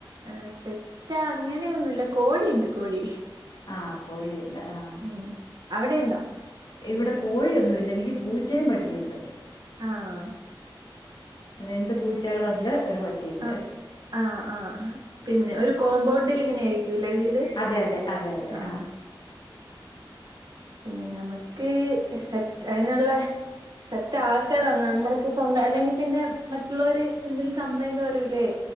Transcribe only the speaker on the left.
ആഹ കോഴിയുണ്ട് ആഹ
ഇവിടെ കോഴിയൊന്നും ഇല്ല എനിക്ക് പൂച്ചയും പട്ടിയുണ്ട്
രണ്ട് പൂച്ചകളുണ്ട് ഒരു പട്ടിയുണ്ട്
അതെ അതെ അതെ അതെ
ആ